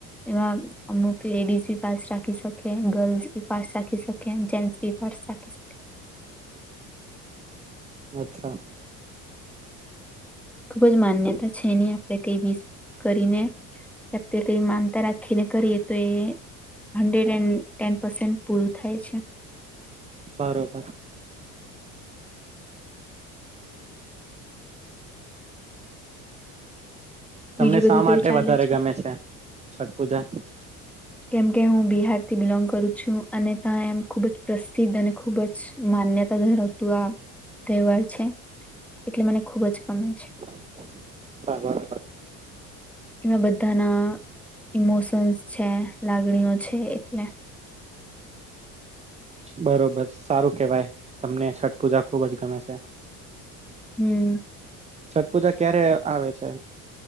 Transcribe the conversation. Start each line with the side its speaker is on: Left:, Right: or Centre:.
Centre: એમાં અમુક લેડીઝ બી ફાસ્ટ રાખી શકે ગર્લ્સ ભી ફાસ્ટ રાખી શકે ઓ જેન્ટસ બી <unintelligible> રાખી શકે
Right: અચ્છા
Centre: ખુબજ માન્યતા છે એની આપણે કઈ વિસ કરીને આપ તે કઈ માનતા રાખીને કરી તો એ હંડ્રેડ એન્ડ ટેન પસે પૂરું થાય છે
Right: બરોબર તમને
Centre: બીજું
Right: શા
Centre: બધું કેવું
Right: માટે
Centre: ચાલે
Right: વધારે ગમે છે છઠ પૂજા
Centre: કેમ કે હું બિહારથી બિલોંગ કરું છું અને ત્યાં એમ જ અને ખુબ જ પ્રસિદ્ધ ખૂબ જ માન્યતા ધરાવતું આ તહેવાર છે એટલે મને ખુબ જ ગમે છે
Right: <unintelligible>
Centre: એમાં બધાના ઈમોશન્સ છે લાગણીઓ છે એટલે
Right: બરોબર સારું કેવાય તમને છઠ પૂજા ખુબ જ ગમે છે
Centre: હમ્મ
Right: છઠ પૂજા ક્યારે આવે છે